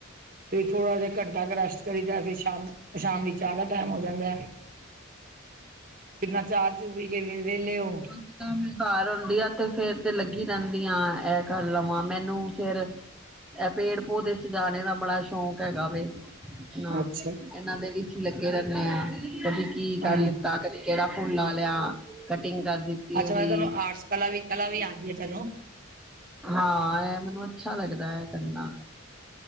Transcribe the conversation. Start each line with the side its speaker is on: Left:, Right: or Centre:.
Right: ਫਿਰ ਥੋੜਾ ਜਹਾ ਘੰਟਾ ਕੁ ਰੈਸਟ ਕਰੀਦਾ ਫਿਰ ਸ਼ਾਮ ਸ਼ਾਮ ਦੀ ਚਾਹ ਦਾ ਟਾਈਮ ਹੋ ਜਾਂਦਾ ਹੈ ਏਨਾ ਚਾਹ ਚੂ ਪੀ ਕੇ ਵੀ ਵਹਲੇ ਹੋ
Centre: ਓਤਾ ਮੇ ਵੀ ਘਰ ਹੁੰਦੀ ਆ ਤੇ ਫੇਰ ਤੇ ਲੱਗੀ ਰਹਿੰਦੀ ਆ ਇਹ ਕਰ ਲਵਾਂ ਮੈਨੂੰ ਫੇਰ ਇਹ ਪੇੜ ਪੌਦੇ ਸਜਾਣੇ ਦਾ ਬੜਾ ਸ਼ੌਕ ਹੈਗਾ ਵੇ ਨਾ
Right: ਅੱਛਾ
Centre: ਇਹਨਾਂ ਦੇ ਵਿੱਚ ਲੱਗੀ ਲਗੇ ਰਹਦੇ ਆ ਕਦੀ ਕੀ ਕਰ
Right: ਹਾਂ
Centre: ਲਿੱਤਾ ਕਦੇ ਕਿਹੜਾ ਫੁੱਲ ਲਾ ਲਿਆ ਕਟਿੰਗ ਕਰ ਦਿੱਤੀ
Right: ਅੱਛਾ
Centre: ਉਹ ਵੀ
Right: ਮੈਂ ਤੁਹਾਨੂੰ ਆਰਟਸ ਕਲਾ ਵੀ ਕਲਾ ਵੀ ਆਉਂਦੀ ਹੈ ਤੁਹਾਨੂੰ
Centre: ਹਾਂ ਇਹ ਮੈਨੂੰ ਅੱਛਾ ਲੱਗਦਾ ਹੈ ਕਰਨਾ